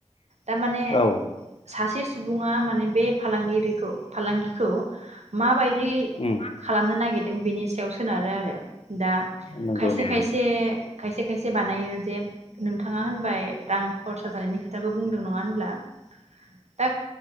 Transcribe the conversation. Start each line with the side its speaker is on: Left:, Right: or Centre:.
Right: तामाने
Left: औ
Right: सासे सु सुबुङा माने बे फालांगिरिखौ फालांगिखौ मा बाय
Left: उ
Right: खामनो नागिरदों बेनि सायाव सोनारो आरो दा
Left: नंगौ
Right: खायसे
Left: नंगौ
Right: खायसे खायसे खायसे बानायो जे नोंथाङा होनबाय रां खरसा जानायनि खोथाखौ बुंदों नङा होनब्ला दा